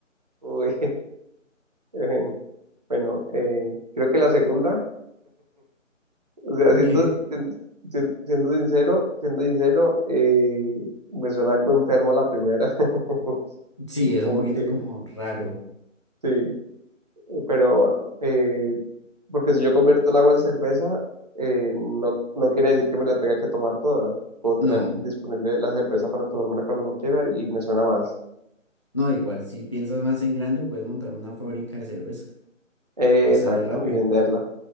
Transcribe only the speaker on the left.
Ok,
sí, es
un poquito
como raro.
No,
no, igual, si piensas más en grande, puedes montar una fábrica de cerveza
y sale
rápido.